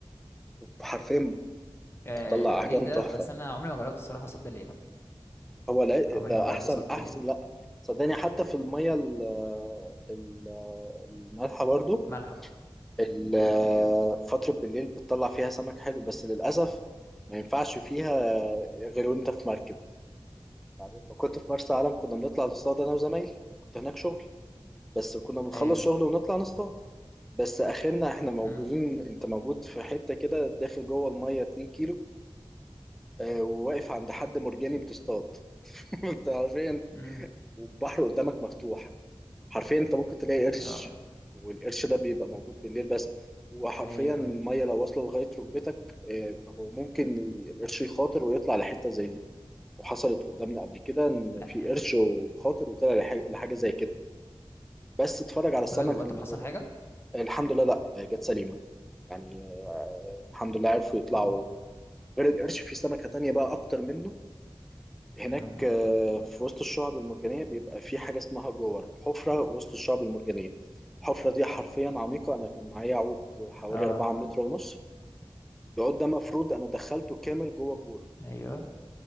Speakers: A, in the centre; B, on the left.
A: حرفيا
B: آه
A: بتطلع
B: بالليل
A: احجام
B: ده
A: تحفه
B: بس أنا عمري ما جربت الصراحة صد بالليل
A: هو لا
B: عمري
A: ده
B: ما جربت
A: احسن
B: صد
A: احسن
B: بالليل
A: لا صدقني حتى في الميه ال- ال- المالحه برضو
B: الملح
A: ال-
B: أيوه
A: فتره بالليل بتطلع فيها سمك حلو بس للاسف ما ينفعش فيها غير وانت في مركب يعني لما كنت في مرسى علم كنا بنطلع نصطاد انا وزمايلي انا كنت هناك شغل بس كنا بنخلص
B: أيوه
A: شغل ونطلع نصطاد بس اخرنا احنا موجودين
B: امم
A: انت موجود في حته كده داخل جوه الميه 2 كيلو آه، وواقف عند حد مرجاني بتصطاد <laughs> انت عارفين
B: امم
A: والبحر قدامك مفتوح حرفيا انت ممكن تلاقي قرش
B: رعب
A: والقرش ده بيبقى موجود بالليل بس وحرفيا
B: أيوه
A: الميه لو واصله لغايه ركبتك اه، هو ممكن القرش يخاطر ويطلع لحته زي دي وحصلت قدامنا قبل كده ان
B: لا
A: في قرش وخاطر وطلع لح- لحاجه زي كده بس اتفرج على السمك
B: بجد والله
A: اللي
B: طب حصل
A: بيبقى-
B: حاجة
A: آه، الحمد لله لا اه، جت سليمه يعني اه، الحمد لله عرفوا يطلعوا
B: مم،
A: غير القرش في سمكه تانية بقى اكتر منه هناك
B: الحمد لله
A: آه، في وسط الشعب المرجانية بيبقى في حاجة اسمها جور حفرة وسط الشعب المرجانية الحفرة دي حرفيا عميقة أنا كان معايا عود حوالي
B: اه
A: 4 متر ونص العود ده مفروض أنا دخلته كامل جوه الجورة
B: ايوه